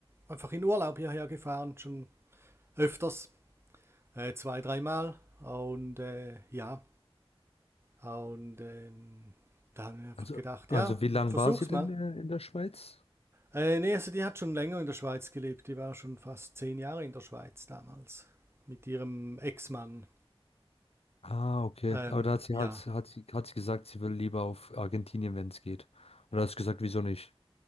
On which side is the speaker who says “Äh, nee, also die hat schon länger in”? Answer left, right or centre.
Right